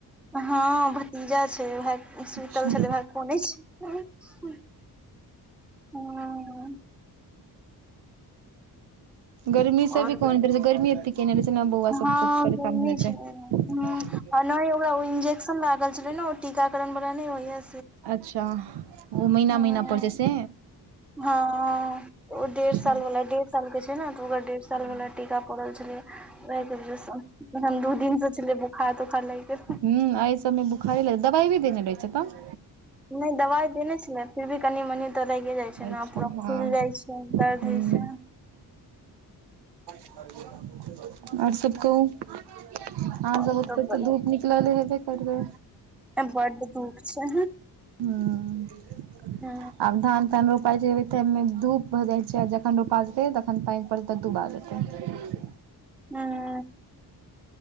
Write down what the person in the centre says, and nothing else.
हँ भतीजा छै वएह सुतल
छलै, वेहा कॅनय कनै छैलै ह।
और
हँ
गर्मी
छै
ह आ नहि ओकरा ओ इंजेक्शन लागल छलै ने, ओ टीकाकरण वाला नहि होयया
हँ
हँ- हा। ओ
डेढ़ साल वाला डेढ़ साल के छै ने, तऽ ओकरा डेढ़ साल
वाला टीका पड़ल छलै से। अखैन दूं दिन से छलै बुखार -तोखार लाइग गेल।
नै दवाई देने छलै फिर भी कनि- मनि। तऽ रहिये जाइ छै
न पूरा
फुलि जाइ छै,
दर्द हो छै।
आओर
बढ़िया
बड्ड धूप छै।
ह
हँ।